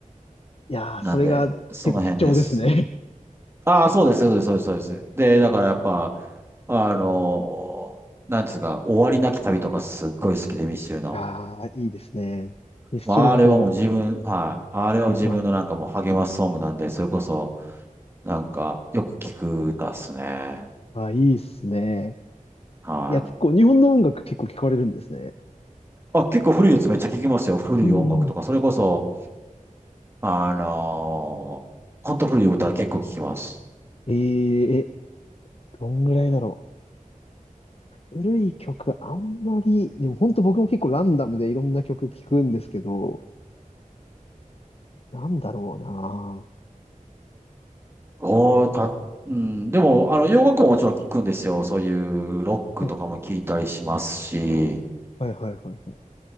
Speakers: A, on the left; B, on the right.
A: いやー、
B: なんで、
A: それが結構貴重ですね。
B: その辺です。ああ、そうです、そうです、そうです、そうです。で、だからやっぱ、あのー、なんていうんですか、終わりなき旅とかすっごい好きで、ミスチルの。
A: <laughs> あー、いいですね。ミスチル僕も
B: まあ、あれはもう自分、はい。あれは自分のなんかもう励ますソングなんで、
A: 聞ます。
B: それこそ、なんか、よく聞く歌っすね。
A: あ、いいっすね。
B: はい。
A: いや、結構日本の音楽結構聞かれるんですね。
B: あ、結構古いやつめっちゃ聞きますよ。古い音楽とか、
A: うんうん。
B: それこそ、あのー、ほんと古い歌結構聞きます。
A: えー、え、どんぐらいだろう。古い曲、あんまり、でも本当僕も結構ランダムでいろんな曲聞くんですけど、なんだろうな。
B: おー、た、うん、でも、あの、洋楽ももちろん聞くんですよ。そういうロックとかも聞いたりしますし、
A: はい、はい、はい、はい、はい。